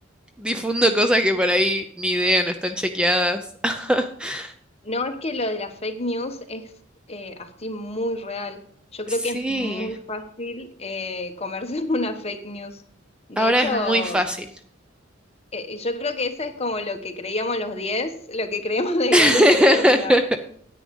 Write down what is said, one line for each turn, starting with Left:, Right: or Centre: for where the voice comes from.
Centre: difundo cosas que por ahí ni idea, no están chequeadas. <laughs>
Left: No, es que lo de la fake news es eh, así muy real. Yo
Centre: Sí,
Left: creo que es muy fácil eh, comerse <laughs> una fake news. De
Centre: ahora
Left: hecho,
Centre: es muy fácil.
Left: eh, yo creo que eso es como lo que creíamos los 10 lo que creíamos de
Centre: <laughs>
Left: grandes, son la-